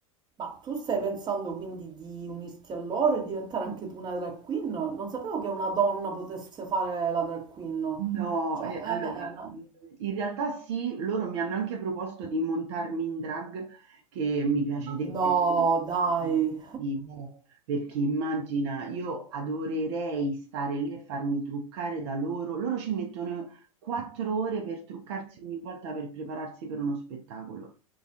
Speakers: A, on the right; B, on the right.
A: Ma tu stai pensando quindi di unirti a loro e diventare anche tu una drag queen? Non sapevo che una donna potesse fare la drag queen.
B: No,
A: Cioè,
B: e
A: è
B: allora,
A: una...
B: mhmm, in realtà sì, loro mi hanno anche proposto di montarmi in drag, che mi piacerebbe
A: No, dai.
B: tantissimo, perché immagina, io adorerei stare lì e farmi truccare da loro. Loro ci mettono 4 ore per truccarsi ogni volta per prepararsi per uno spettacolo.